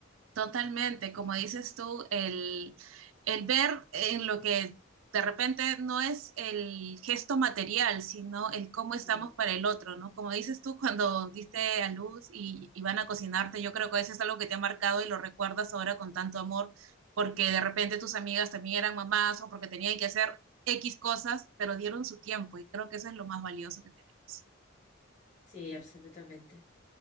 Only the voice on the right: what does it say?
Totalmente, como dices tú, el, el ver en lo que de repente no es el gesto material, sino el cómo estamos
para el otro, ¿no? Como dices tú, cuando diste a luz y, y van a cocinarte, yo creo que eso es algo que te ha marcado y lo recuerdas ahora con tanto amor, porque de repente tus amigas también eran mamás o porque tenían que hacer X cosas, pero dieron su tiempo y creo que eso es lo más valioso que tenemos.